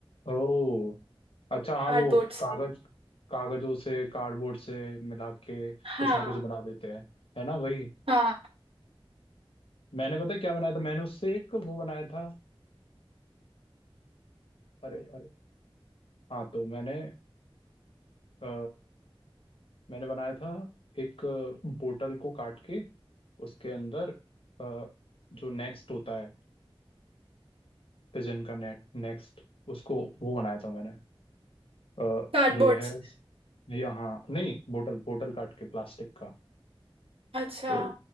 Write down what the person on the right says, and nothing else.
कार्डबोर्ड
से
हाँ
हाँ
कार्डबोर्ड
से
अच्छा